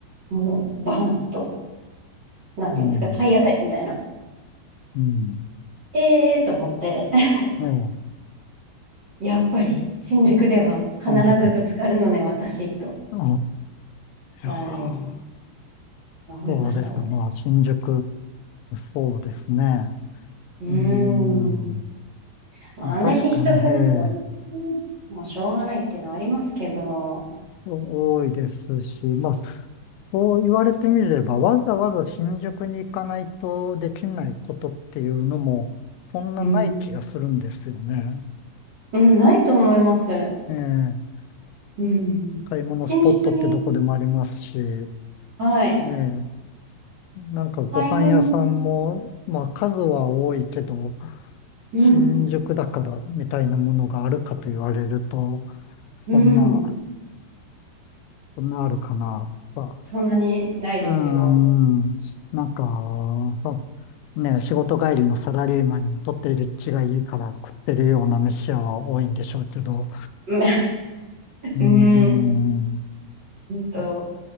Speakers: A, on the right; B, on the left.
A: もう、バーンと、なんていうんですか、
B: うん、
A: 体当たりみたいな。
B: うん、
A: ええーと思って、<laughs>
B: え
A: やっぱり新宿では必ずぶつかるのね、
B: え、新宿。あ
A: 私と、
B: あ、いやあ
A: はい、
B: そうですか。
A: 思いましたね。
B: まあ、新宿、そうですね。
A: うーん。
B: うーん。
A: まあ、
B: まあ確かにね、
A: あんだけ人がいるとね、
B: ええ
A: もうしょうがないっていうのはありますけど、
B: 多いですし、まあ、そう言われてみれば、わざわざ新宿に行かないとできないことっていうのも、そんなない気がするんですよね。
A: うん、うん、ないと思います。
B: ええ
A: うん。
B: 買い物スポットってどこでもありますし、
A: 新宿に、
B: ね、
A: はい、
B: えなんかご飯屋さんも、
A: 買い物、
B: まあ数は多いけど、
A: うん、
B: 新宿だからみたいなものがあるかと言われると、
A: うん、
B: そんな、そんなあるかな。とか
A: そんなにないですよ。
B: うーん。なんか、そうね、仕事帰りのサラリーマンにとっている血がいいから食ってるような飯屋は多いんでしょうけど、
A: う
B: うーん。
A: ん、<laughs> うんうんと、